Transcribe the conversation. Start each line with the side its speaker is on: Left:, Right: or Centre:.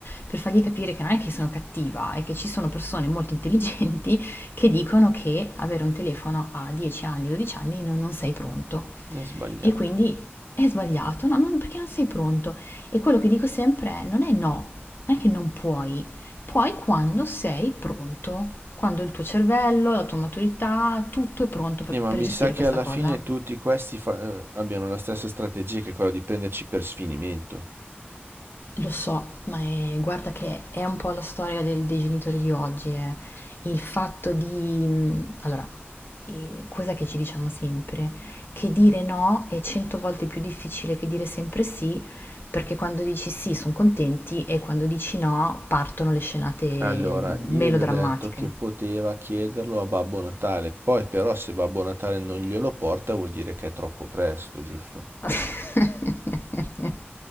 Left: per fargli capire che non è che sono cattiva, è che ci sono persone molto intelligenti che dicono che avere un telefono a 10 anni, 12 anni non, non sei pronto
Right: È sbagliato.
Left: e quindi è sbagliato, no, non, perché non sei pronto. E quello che dico sempre è non è no, non è che non puoi, puoi quando sei pronto, quando il tuo cervello, la tua maturità, tutto è pronto per,
Right: Eh,
Left: per
Right: ma mi
Left: gestire
Right: sa che
Left: questa
Right: alla
Left: cosa.
Right: fine tutti questi fa- eh, abbiano la stessa strategia che è quella di prenderci per sfinimento.
Left: Lo so, ma è- guarda che è un po' la storia del- dei genitori di oggi, eh. Il fatto di... mh, Allora, eh, cos'è che ci diciamo sempre? Che dire no è cento volte più difficile che dire sempre sì, perché quando dici sì sono contenti e quando dici no partono le scenate
Right: Allora, io
Left: melodrammatiche.
Right: gli ho detto che poteva chiederlo a Babbo Natale, poi però se Babbo Natale non glielo porta vuol dire che è troppo presto, giusto?
Left: <laughs>